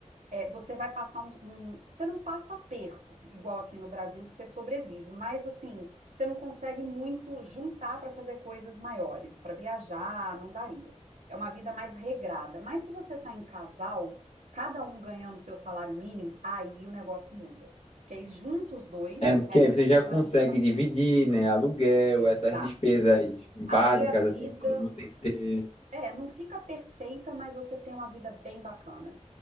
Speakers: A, on the right; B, on the left.
A: é, você vai passar um, um- Você não passa aperto, igual aqui no Brasil, que você sobrevive, mas assim, você não consegue muito juntar para fazer coisas maiores, para viajar, não daria. É uma vida mais regrada. Mas se você está em casal, cada um ganhando o teu salário mínimo, aí o negócio muda. Porque aí junta os dois
B: É, porque
A: e aí
B: aí
A: você
B: você
A: tem
B: já
A: uma
B: consegue
A: vida bacana.
B: dividir, né? Aluguel,
A: Exato.
B: essas despesas básicas,
A: Aí a vida.
B: assim, que todo mundo tem que ter.
A: É, não fica perfeita, mas você tem uma vida bem bacana